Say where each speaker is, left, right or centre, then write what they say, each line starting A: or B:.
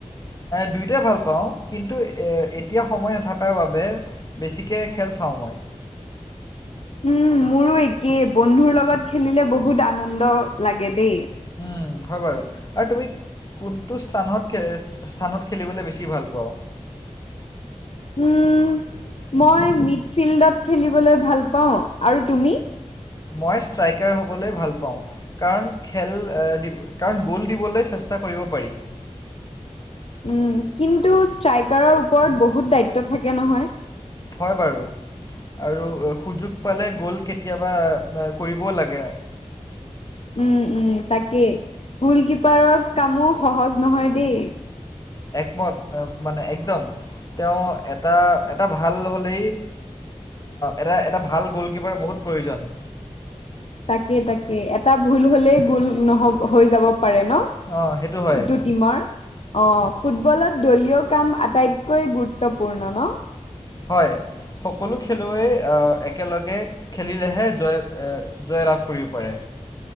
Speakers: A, on the left; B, on the left.
A: দুয়োটাই ভাল পাওঁ কিন্তু এ এতিয়া সময় নাথকাৰ বাবে বেছিকে খেল চাওঁ মই
B: উম মোৰো একেই বন্ধুৰ লগত খেলিলে বহুত আনন্দ লাগে দেই
A: উম হয় বাৰু আৰু তুমি কোনটো স্থানত খে স্থানত খেলিবলৈ বেছি ভাল পাওঁ
B: উম মই মিড ফিল্ডত খেলিবলৈ ভাল পাওঁ আৰু তুমি
A: মই ষ্ট্ৰাইকাৰ হ'বলৈ ভাল পাওঁ কাৰণ খেল কাৰণ গ'ল দিবলৈ চেষ্টা কৰিব পাৰি
B: উম কিন্তু ষ্ট্ৰাইকাৰৰ ওপৰত বহুত দায়িত্ব থাকে নহয়
A: হয় বাৰু আৰু সুযোগ পালে গ'ল কেতিয়াবা কৰিবও লাগে
B: উম উম তাকেই গোল কিপাৰৰ কামো সহজ নহয় দেই
A: একমত মানে একদম তেওঁ এটা এটা ভাল হ'লেই এটা এটা ভাল গ'লকিপাৰৰ বহুত প্ৰয়োজন।
B: তাকে, তাকে এটা ভুল হলেই ভুল নহ'ব হৈ যাব পাৰে ন।
A: অ', সেইটো হয়।
B: ইটো টিমৰ অ', ফুটবলত দলীয় কাম আটাইতকৈ গুৰুত্বপূৰ্ণ ন।
A: হয় সকলো খেলুৱৈ একেলগে খেলিলেহে জয়, জয় লাভ কৰিব পাৰে।